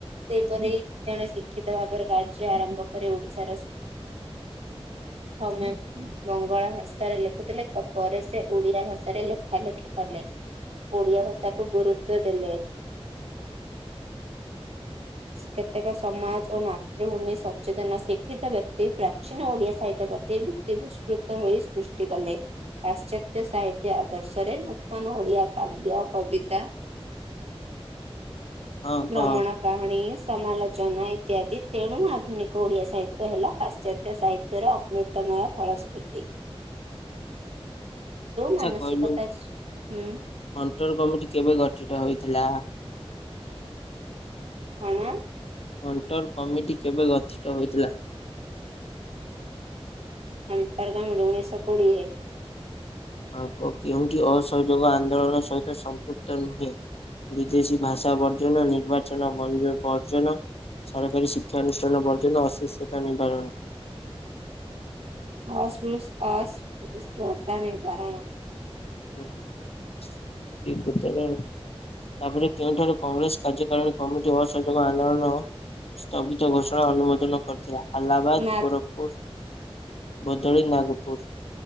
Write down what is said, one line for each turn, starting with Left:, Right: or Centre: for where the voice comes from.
Right: ସେହିପରି ଜଣେ ଶିକ୍ଷିତ ଭାବରେ କାର୍ଯ୍ୟ ଆରମ୍ଭ କରି ଓଡିଶାର ପ୍ରଥମେ ବଙ୍ଗଳା ଭାଷାରେ ଲେଖୁଥିଲେ ତା ପରେ ସେ ଓଡିଆ ଭାଷାରେ ଲେଖା ଲେଖି କଲେ ଓଡିଆ ଭାଷା କୁ ଗୁରୁତ୍ୱ ଦେଲେ। କେତେକ ସମାଜ ଓ ମା ମାତୃଭୂମି ସଚେତନ ଶିକ୍ଷିତ ବ୍ୟକ୍ତି ପ୍ରାଚୀନ ଓଡ଼ିଆ ସାହିତ୍ୟ ପ୍ରତି ପ୍ରିତି ବିସ୍ମୃତମୟୀ ହୋଇ ସୃଷ୍ଟି କଲେ ପାଶ୍ଚାତ୍ୟ ସାହିତ୍ୟ ଆଦର୍ଶରେ ନୂତନ ଓଡିଆ କାବ୍ୟ କବିତା।
Left: ହଁ
Right: ଭ୍ରମଣ
Left: କହ
Right: କାହାଣୀ ସମାଲୋଚନା ଇତ୍ୟାଦି ତେଣୁ ଆଧୁନିକ ଓଡ଼ିଆ ସାହିତ୍ୟ ହେଲା ପାଶ୍ଚାତ୍ୟ ସାହି ତର ଅମୃତମୟ ଫଳସ୍କୃତି। ମାନସିକତା
Left: ଆଛା କହିଲୁ ହଣ୍ଟର
Right: ହୁଁ
Left: କମିଟି କେବେ ଗଠିତ ହେଇଥିଲା।
Right: କଣ
Left: ହଣ୍ଟର କମିଟି କେବେ ଗଠିତ ହୋଇଥିଲା।
Right: ହଣ୍ଟର କମିଟି ଉଣେଇଶ କୋଡିଏ।
Left: ଆଉ କେଉଁଠି ଅସହଯୋଗ ଆନ୍ଦୋଳନ ସହିତ ସମ୍ପୃକ୍ତ ନୁହେଁ ବିଦେଶୀ ଭାଷା ବର୍ଜନ ନିର୍ବାଚନ ବଜ ବର୍ଜନ ସରକାରୀ ଶିକ୍ଷାନୁଷ୍ଠାନ ବର୍ଜନ ଅସୁସ୍ଥତା ନିବାରଣ।
Right: ଅସପୁସ୍ ଅସ୍ପୃଶତା ନିିବାରଣ।
Left: ଠିକ୍ ଉତ୍ତର ତାପରେ କେଉଁଠାରେ କଂଗ୍ରେସ କାର୍ଯ୍ୟକାରିଣୀ କମିଟି ଅସଯୋଗ ଆନ୍ଦୋଳନ ସ୍ଥଗିତ ଘୋଷଣା ଅନୁମୋଦନ କରିଥିଲା? ଆହ୍ଲାବାଦ,
Right: ନାଥୁ
Left: ଗୋରଖପୁର ବର୍ଦଲି ନାଗପୁର।